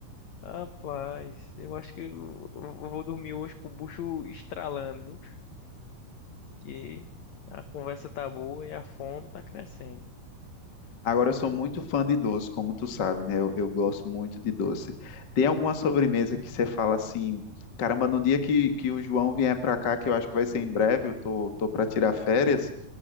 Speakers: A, on the left; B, on the left.
A: Rapaz, eu acho que eu eu vou dormir hoje com o bucho estralando, viu? Que a conversa tá boa e a fome tá crescendo.
B: Agora eu sou muito fã de doce, como tu sabe, né? Eu, eu gosto muito de doce. Tem alguma sobremesa que você fala assim, caramba, no dia que, que o João vier para cá, que eu acho que vai ser em breve, eu tô, tô para tirar férias,